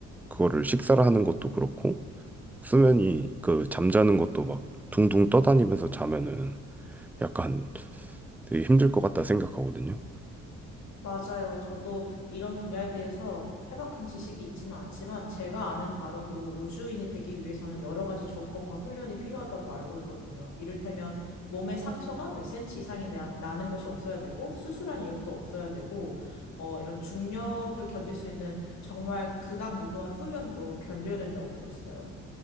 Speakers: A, in the centre; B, on the left.
A: 그거를 식사를 하는 것도 그렇고 수면이 그 잠자는 것도 막 둥둥 떠다니면서 자면은 약간 되게 힘들 것 같다 생각하거든요.
B: 맞아요. 저도 이런 분야에 대해서 해박한 지식이 있지는 않지만 제가 아는 바로도 우주인이 되기 위해서는 여러 가지 조건과 훈련이 필요하다고 알고 있거든요. 이를테면 몸에 상처가 몇 센치 이상이 나, 나는 것이 없어야 되고 수술한 이력도 없어야 되고 어, 이런 중력을 견딜 수 있는 정말 극악무도한 훈련도 견뎌야 된다고 들었어요.